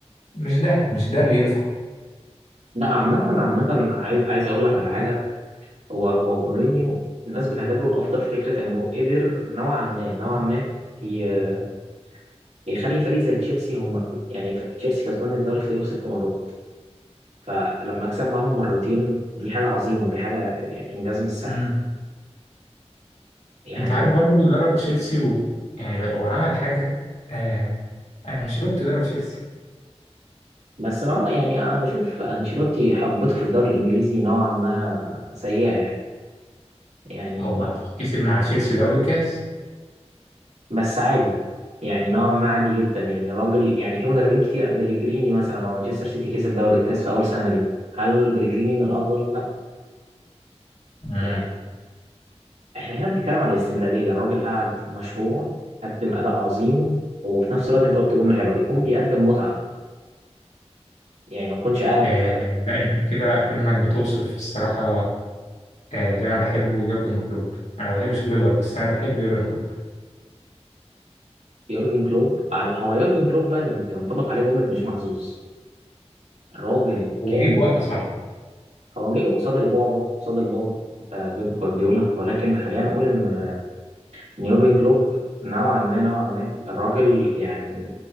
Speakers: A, on the left; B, on the right.
A: مش ده مش ده اللي ينفع
B: لا عامة عامة عايز عايز اقول لك على حاجة هو هو مورينيو الناس بتعتبره الافضل في فكرة انه قدر نوعا ما نوعا ما ي- يخلي فريق زي تشيلسي هم يعني ف- تشيلسي كسبان الدوري في تاريخه ست مرات فلما كسب معاهم مرتين دي حاجة عظيمة دي حاجة يعني انجاز مش سهل
A: امم
B: يعني
A: انت عارف برضو اللي ضرب تشيلسي و... يعني بقى- وعمل حاجة آه انشيلوتي ضرب تشيلسي
B: بس ما يعني انا بشوف انشيلوتي حقبته في الدوري الانجليزي نوعا ما سيئة يعني يعني
A: هو كسب مع تشيلسي دوري وكاس
B: بس عادي يعني نوعا ما عادي جدا يعني راجل يعني في مدربين كتير بليجريني مثلا مع مانشستر سيتي كسب دوري الكاس في اول سنه ليه هل بليجريني من الافضل لا
A: امم
B: يعني احنا هنا بنتكلم عن الاستمراريه الراجل قعد مشروع قدم اداء عظيم وفي نفس الوقت انت قلت جمله حلوه يكون بيقدم متعه يعني ما تكونش قاعد
A: آه لا انت كده اكنك بتوصف الصراحة آه، اللي انا بحبه يورجن كلوب انا ما بحبش الليفر بس انا بحب يورجن كلوب
B: يورجن كلوب على هو يورجن كلوب بقى ين- ينطبق عليه جمله مش محظوظ الراجل
A: هو
B: كان
A: جه في وقت صعب
B: هو جه قصاد البعبع قصاد البابا آه، بيب جوارديولا ولكن خلينا نقول ان يورجن كلوب نوعا ما نوعا ما الراجل يعني